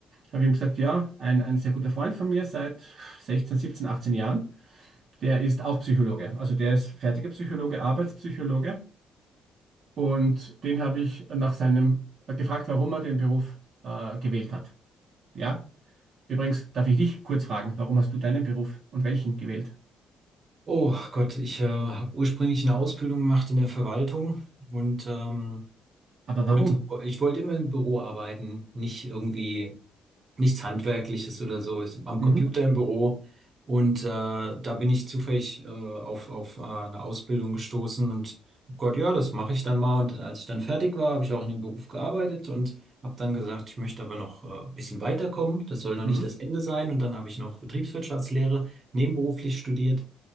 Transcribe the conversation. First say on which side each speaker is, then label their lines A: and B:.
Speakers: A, on the right; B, on the right.
A: Habe ich ihm gesagt, ja, ein, ein sehr guter Freund von mir seit 16, 17, 18 Jahren, der ist auch Psychologe. Also der ist fertiger Psychologe, Arbeitspsychologe. Und den habe ich nach seinem äh, gefragt, warum er den Beruf äh, gewählt hat. Ja, übrigens darf ich dich kurz fragen, warum hast du deinen Beruf und welchen gewählt?
B: Oh Gott, ich äh, habe ursprünglich eine Ausbildung gemacht in der Verwaltung und ähm,
A: Aber
B: wollt,
A: warum?
B: ich wollte immer im Büro arbeiten, nicht irgendwie nichts Handwerkliches oder so, ist am
A: Mhm.
B: Computer im Büro. Und äh, da bin ich zufällig äh, auf, auf äh, eine Ausbildung gestoßen und hab Gott, ja, das mache ich dann mal. Und als ich dann fertig war, habe ich auch in dem Beruf gearbeitet und habe dann gesagt, ich möchte aber noch äh, ein bisschen weiterkommen. Das soll noch
A: Mhm.
B: nicht das Ende sein. Und dann habe ich noch Betriebswirtschaftslehre nebenberuflich studiert.